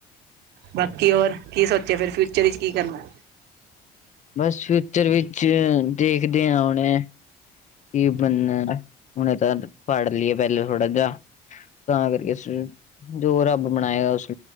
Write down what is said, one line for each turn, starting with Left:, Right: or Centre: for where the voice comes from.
Right: ਬਾਕੀ ਹੋਰ ਕੀ ਸੋਚਿਆ ਫਿਰ ਫਿਊਚਰ ਵਿਚ ਕੀ ਕਰਨਾ?
Left: ਬਸ ਫਿਊਚਰ ਵਿੱਚ ਦੇਖਦੇ ਹਾਂ ਉਹਣੇ ਕੀ ਬਨਾ, ਹੁਣੇ ਤਾਂ ਪੜ੍ਹ ਲਈਏ ਪਹਿਲੇ ਥੋੜਾ ਜਿਹਾ। ਤਾਂ ਕਰਕੇ ਜੋ ਰੱਬ ਬਣਾਏਗਾ, ਉਸ